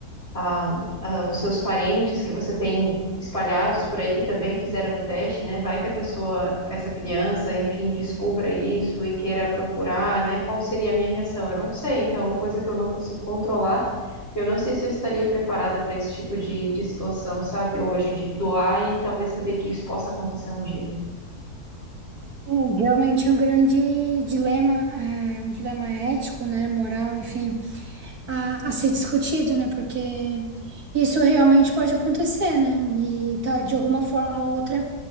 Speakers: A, on the left; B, on the right.
A: a, a- os seus parentes que você tem espalhados por aí que também fizeram o teste, né? Vai que a pessoa, essa criança, enfim, descubra isso e queira procurar, né? Qual seria a minha reação? Eu não sei. Então, é uma coisa que eu não consigo controlar. Eu não sei se eu estaria preparada para esse tipo de, de situação, sabe? Hoje, de doar e talvez saber que isso possa acontecer um dia.
B: Hum, Realmente é um grande dilema, é, um dilema ético, né, moral, enfim, a, a ser discutido, né, porque isso realmente pode acontecer, né, e tá, de alguma forma ou outra